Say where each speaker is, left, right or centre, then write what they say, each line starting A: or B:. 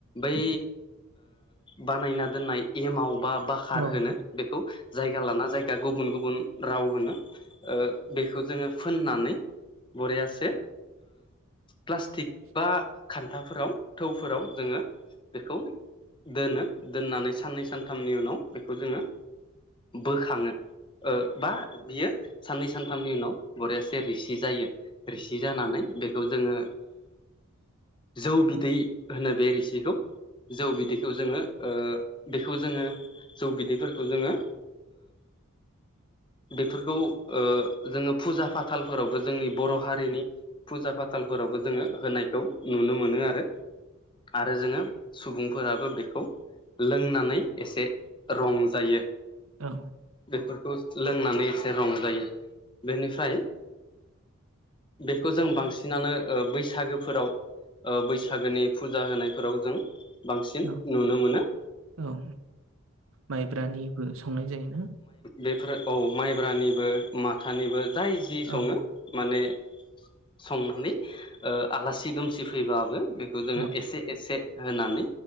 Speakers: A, on the left; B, on the right.
A: बै बानायना दोननाय एमाव बा बाखार
B: औ
A: होनो
B: औ
A: बेखौ जायगा लाना जायगा गुबुन गुबुन राव होनो बेखौ जोङो फोननानै बरियासे प्लास्टिक बा खान्थाफोराव थौफोराव जोङो बेखौ दोनो दोननानै साननै सानथामनि उनाव बेखौ जोङो बोखाङो बा बियो साननै सानथामनि उनाव बरियासे रिसि जायो रिसि जानानै बेखौ जोङो जौ बिदै होनो बे रिसिखौ जौ बिदिैखौ जोङो बेखौ जोङो जौ बिदैफोरखौ जोङो बेफोरखौ जोङो फुजा फाथाल फोरावबो जोंनि बर' हारिनि फुजा फाथालफोरावबो जोङो होनायखौ नुनो मोनो आरो। आरो जोङो सुबुंफोराबो बेखौ लोंनानै एसे रं जायो
B: औ
A: फोरखौ लोंनानै एसे रंजायो बेनिफ्राय बेखौ जों बांसिनानो बैसागोफोराव बैसागोनि फुजा होनायफोराव जों बांसिन
B: औ
A: नुनो मोनो।
B: औ माइब्रानिबो संनाय जायोना
A: बेफोरो औ माइब्रानिबो माथानिबो जाय जि सङो
B: औ
A: माने संनानै ओ आलासि दुमसि फैबाबो बेखौ जोङो
B: औ
A: एसे एसे होनानै